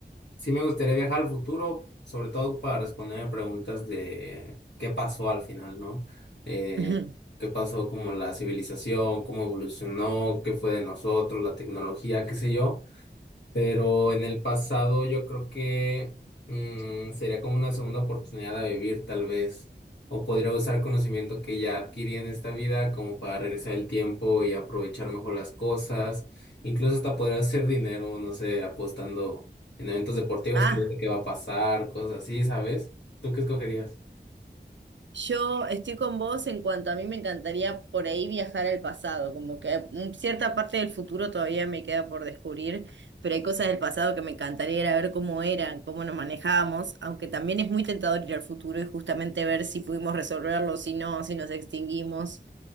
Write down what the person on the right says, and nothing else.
Ujú. <laughs>
Ah,
yo estoy con vos en cuanto a mí me encantaría por ahí viajar al pasado, como que mm, cierta parte del futuro todavía me queda por descubrir, pero hay cosas del pasado que me encantaría ir a ver cómo eran, cómo nos manejábamos, aunque también es muy tentador ir al futuro y justamente ver si pudimos resolverlo, si no, si nos extinguimos.